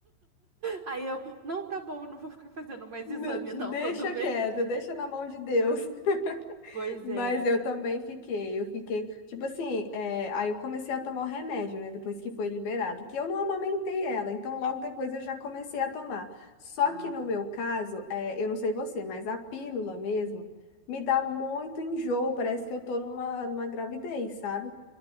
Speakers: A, on the right; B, on the left.
A: Aí eu, não, tá bom, eu não vou ficar fazendo mais
B: N-
A: exame não
B: Deixa
A: todo mês.
B: quieto, deixa na mão de Deus. <laughs>
A: Pois
B: Mas
A: é.
B: eu também fiquei, eu fiquei, tipo assim, é, aí eu comecei a tomar o remédio, né, depois que foi liberado, que eu não amamentei ela, então logo depois eu já comecei a tomar. Só
A: Ah,
B: que no
A: tá.
B: meu caso, é, eu não sei você, mas a pílula mesmo me dá muito enjoo, parece que eu tô numa, numa gravidez, sabe?